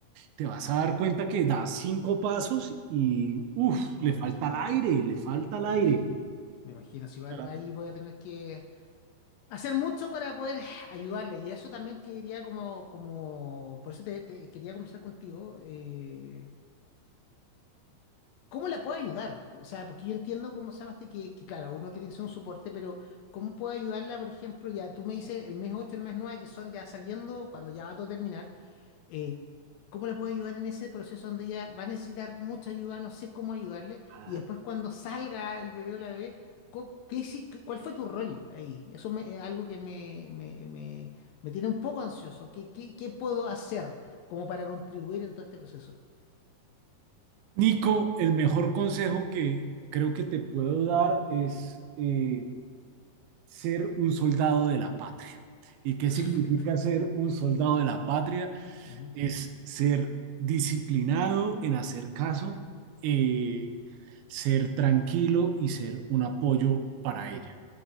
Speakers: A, on the right; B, on the left.
A: te vas a dar cuenta que das cinco pasos y, uff,
B: me
A: le
B: imagino,
A: falta el aire, le falta el
B: me
A: aire.
B: imagino, me imagino. Si va-
A: Ah,
B: ahí voy a tener que hacer mucho para poder ayudarle. Y eso también quería como, como, por eso te, te quería conversar contigo, eh, ¿cómo la puedo ayudar? O sea, porque yo entiendo cómo se llama este que, que, claro, uno tiene que ser un soporte, pero ¿cómo puedo ayudarla, por ejemplo? Ya tú me dices el mes ocho el mes 9 que son ya saliendo, cuando ya va a todo terminar eh, ¿cómo la puedo ayudar en ese proceso donde ella va a necesitar mucha ayuda? No sé cómo ayudarle.
A: Ah.
B: Y después cuando salga el bebé o la bebé, co- ¿qué, hici- qué- cuál fue tu rol ahí? Eso me- es algo que me, me- me- me tiene un poco ansioso. ¿Qué, qué, qué puedo hacer como para contribuir en todo este proceso?
A: Nico, el mejor consejo que creo que te puedo dar es eh, ser un soldado de la patria. ¿Y qué
B: <laughs> Perfecto.
A: significa ser un soldado de la patria?
B: Ujú.
A: Es ser disciplinado en hacer caso, eh, ser tranquilo y ser un apoyo para ella.